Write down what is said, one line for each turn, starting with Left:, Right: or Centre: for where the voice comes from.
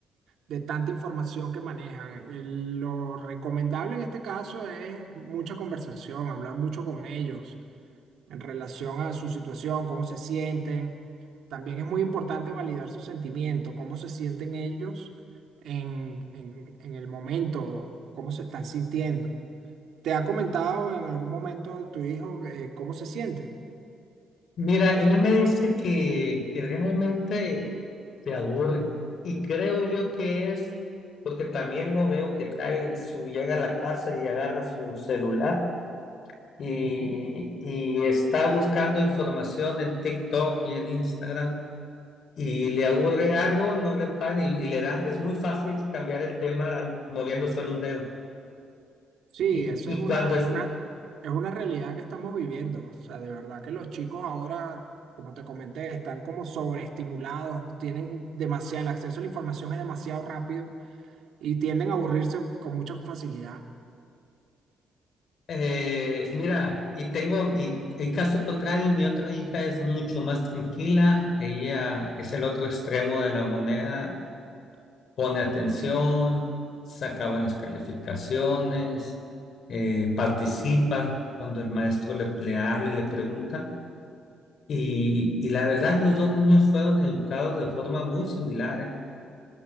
Right: de tanta información que manejan. El- lo recomendable en este caso es mucha conversación, hablar mucho con ellos. en relación a su situación, cómo se sienten. También es muy importante validar sus sentimientos, cómo se sienten ellos en, en, en el momento, cómo se están sintiendo. ¿Te ha comentado en algún momento tu hijo eh, cómo se siente?
Left: Mira, él me dice que, que realmente se aburre y creo yo que es porque también lo veo que trae su, llega a la casa y agarra su celular y,
Right: Ujú.
Left: y está buscando información en TikTok y en Instagram y le aburre algo, no le paga y, y le da. Es muy fácil cambiar el tema moviendo solo un dedo.
Right: Sí,
Left: Y,
Right: eso
Left: y
Right: es una,
Left: cuando es,
Right: una, es una realidad que estamos viviendo. O sea, de verdad que los chicos ahora, como te comenté, están como sobreestimulados, tienen demasiado, el acceso a la información es demasiado rápido y tienden a aburrirse con mucha facilidad.
Left: eh, mira, y tengo, y el caso contrario, mi otra hija es mucho más tranquila, ella es el otro extremo de la moneda, pone atención, saca buenas calificaciones, eh, participa cuando el maestro le, le habla y le pregunta. Y, y la verdad, los dos niños fueron educados de forma muy similar, ¿eh?